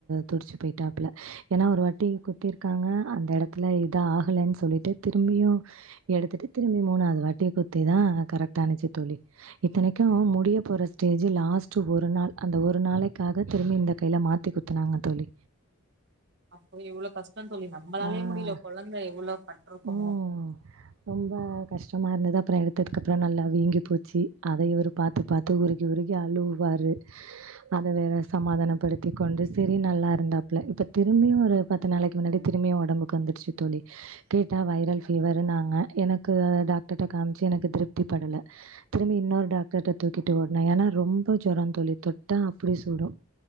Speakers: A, on the right; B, on the right.
A: துடிச்சு போயிட்டாப்ல ஏனா ஒரு வாட்டி குத்தி இருக்காங்க அந்த எடத்துல இத ஆகலன் சொல்லிட்டு திரும்பியு எடுத்துட்டு திரும்பி மூணாது வாட்டி குத்திதா கரெக்ட் ஆனுச்சு தோழி இத்தனைக் க்கு முடிய போற ஸ்டேஜ் லாஸ்ட்டு ஒரு நாள் அந்த ஒரு நாளைக்காக திரும்பி இந்த கைல மாத்தி குத்துனாங்க தோழி
B: அப்போ எவ்வளோ கஷ்டோ தோழி நம்மளாலே
A: ஆ.
B: முடில கொழந்த எவ்வளோ பட்ருக்குமோ
A: ம். ரொம்ப கஷ்டமா இருந்துது அப்புறோ எடுத்ததுக்கு அப்புறோ நல்லா வீங்கி போச்சு அத இவரு பாத்து பாத்து உருகி உருகி அழுவுவாரு அத வேற சமாதானப்படுத்தி் கொண்டு சரி நல்லா இருந்தாப்ல இப்ப திரும்பியு ஒரு பத்து நாளைக்கு முன்னாடி திரும்பியு ஒடம்புக்கு வந்துடுச்சி தோழி கேட்டா வைரல் ஃபீவருனாங்க எனக்கு டாக்டர்க்ட காம்ச்சு எனக்கு திருப்தி படல திரும்பி இன்னொரு டாக் டர்ட்ட தூக்கிட்டு ஓட்ன ஏனா ரொம்ப ஜொரோ தோழி தொட்டா அப்டி சுடு